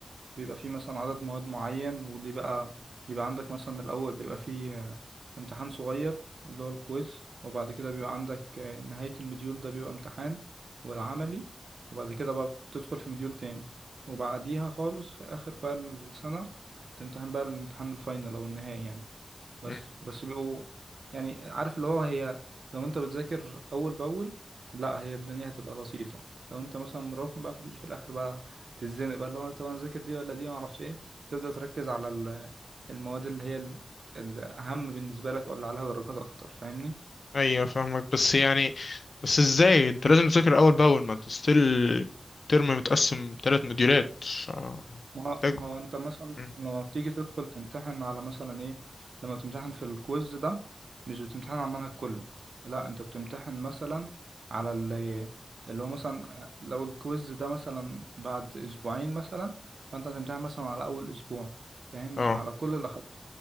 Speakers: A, on the right; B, on the left.
A: بيبقى فيه مثلا عدد مواد معين واللي بقى بيبقى عندك مثلا الأول بيبقى فيه آه، امتحان صغير اللي هو الكويز وبعد كده بيبقى عندك آه، نهاية المديول ده بيبقى امتحان والعملي وبعد كده بقى بتدخل في مديول تاني وبعديها خالص في آخر بقى السنة تمتحن بقى الامتحان الفاينل أو النهائي يعني بس
B: امم
A: بس بيبقوا يعني عارف اللي هو هي لو انت بتذاكر اول باول لا هي الدنيا هتبقى لطيفه لو انت مثلا مراكم بقى فتيجي في الاخر بقى تتزنق بقى اللي هو طب انا اذاكر دي ولا دي ما اعرفش ايه تبدا تركز على ال- المواد اللي هي ال- الاهم بالنسبه لك او اللي عليها درجات اكتر فاهمني
B: ايوه فاهمك بس يعني بس ازاي انت لازم تذاكر اول باول ما انت ستيل الترم متقسم ثلاث مديولات ف-
A: ما
B: محتاج
A: ما هو انت مثلا
B: مم.
A: لما بتيجي تدخل تمتحن على مثلا ايه لما بتمتحن في الكويز ده مش بتمتحن على المنهج كله لا انت بتمتحن مثلا على اللي, اللي هو مثلا لو الكويز ده مثلا بعد اسبوعين مثلا فانت هتمتحن مثلا على اول اسبوع فاهم مش
B: اه
A: على كل اللي اخدته